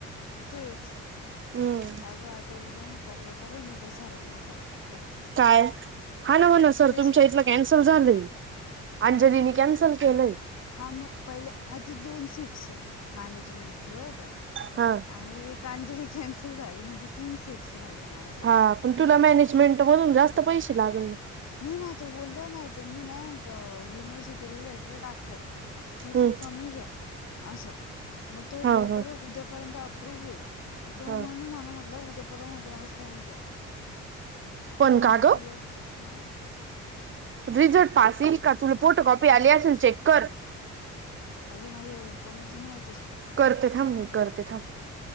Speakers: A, on the left (about 60°); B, on the right (about 40°).
A: तेच
B: हम्म
A: अगं आता उद्या नाही परवा कराल मी त्या सरांना फोन परत,
B: काय, हा ना हो ना सर
A: तेच
B: तुमच्या इथलं कॅन्सल झालंय अंजलीने
A: काय
B: कॅन्सल केलंय.
A: हा म पहिलं आधी दोन सीट्स आहे मॅनेजमेंट थ्रू बर का.
B: हा
A: आणि कांजरी कॅन्सल झाली म्हणजे तीन सेट्स लाहिले माझे....
B: हा पण तुला मॅनेजमेंट म्हणून जास्त पैसे लागले.
A: नाही ना तो बोलला ना त्यांनी ना म युनिव्हर्सिटीला लेटर टाकलाय. की
B: हम्म
A: फी कमी घ्या असं मग तो
B: हा
A: लेटर
B: हा
A: उद्यापर्यंत अप्रूव्ह होईल... तो
B: हा
A: म्हणून मला म्हटलं उद्या पर्वा मध्ये मला फोन कर
B: पण
A: तो म्हटलं
B: का ग
A: तुला..... हां....
B: रिझल्ट पास येईल का तुला फोटोकॉपी आली असेल चेक कर....
A: अरे माझं ओपनच नव्हत
B: करते थांब मी करते थांब